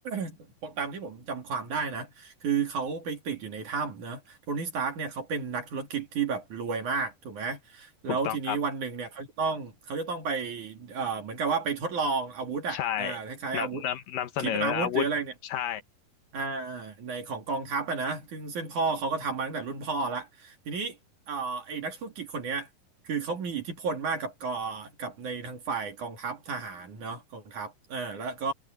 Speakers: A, on the right; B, on the left.
A: <coughs> ตามที่ผมจำความได้นะคือเขาไปติดอยู่ในถ้ำนะโทนี่สตาร์กเนี่ยเขาเป็นนักธุรกิจที่แบบรวยมากถูกไหมแล้วทีนี้วันหนึ่งเนี่ยเขาจะต้องเขาจะต้องไป
B: ถูกต้องครับ
A: เอ่อเหมือนกับว่าไปทดลองอาวุธอ่ะอ่าคล้ายๆอาวุธ
B: ใช่นำนำนำเสนออาวุธ
A: ขีปนาวุธหรืออะไรเนี่ย
B: ใช่
A: อ่าในของกองทัพอะนะซึ่งซึ่งพ่อเขาก็ทำมาตั้งแต่รุ่นพ่อละทีนี้เอ่อไอ้นักธุรกิจคนเนี้ยคือเขามีอิทธิพลมากกับกอกับในทางฝ่ายกองทัพทหารเนาะกองทัพเออแล้วก็